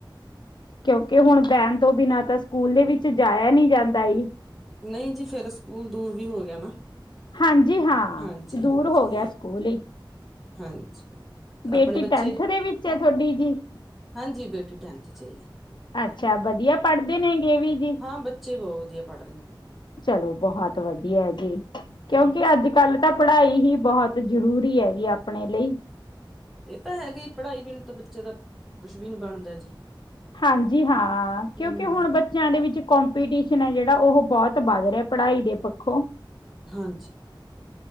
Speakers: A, on the left (about 65°); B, in the centre.
A: ਕਿਉਂਕਿ ਹੁਨ ਬੈਨ ਤੋਂ ਬਿਨਾਂ ਤਾਂ ਸਕੂਲ ਦੇ ਵਿੱਚ ਜਾਇਆ ਨੀ ਜਾਂਦਾ ਈ।
B: ਨਈ ਜੀ ਫੇਰ ਸਕੂਲ ਦੂਰ ਵੀ ਹੋ ਗਿਆ ਨਾ।
A: ਹਾਂਜੀ ਹਾਂ,
B: ਹਾਂਜੀ
A: ਦੂਰ
B: ਹਾਂਜੀ
A: ਹੋ ਗਿਆ ਸਕੂਲ ਈ।
B: ਹਾਂਜੀ
A: ਬੇਟੀ
B: ਆਪਣੇ ਬੱਚੇ
A: ਟੈਂਥ ਦੇ ਵਿੱਚ ਐ ਤੁਆਡੀ ਜੀ।
B: ਹਾਂਜੀ ਬੇਟੀ ਟੈਂਥ ਚ ਹੈਈ।
A: ਅੱਛਾ ਵਦੀਆ ਪੜਦੇ ਨੇਗੇ ਵੀ। ਵੀ
B: ਹਾਂ ਬੱਚੇ ਬਹੁਤ ਵਧੀਆ ਪੜ੍ਹ ਰਹੇ ਨੇ ਮੈਮ
A: ਚਲੋ ਬਹੋਤ ਵਦੀਆ ਜੀ, ਕਿਉਂਕਿ
B: ਹਾਂਜੀ
A: ਆੱਜ ਕੱਲ ਤਾਂ ਪੜਾਈ ਹੀ ਬੋਹਤ ਜ਼ਰੂਰੀ ਐਗੀ ਅਪਨੇ ਲਈ।
B: ਏ ਤਾਂ ਹੈਗੀ ਪੜਾਈ ਬੀਨ ਤਾਂ ਬੱਚੇ ਦਾ ਕੁੱਛ ਵੀ ਨੀ ਬਨਦਾ ਜੀ
A: ਹਾਂਜੀ ਹਾਂ ਕਿਉਂਕਿ
B: ਹੂੰ
A: ਹੁਨ
B: ਹੂੰ
A: ਬੱ ਚੇਆਂ ਦੇ ਵਿੱਚ ਕੋਂਪੀਟੀਸ਼ਨ ਐ ਜੇੜਾ ਓ‌ ਬੋਤ ਬੱਧ ਰਿਆ ਪੜਾਈ ਦੇ ਪੱਖੋਂ।
B: ਹਾਂਜੀ।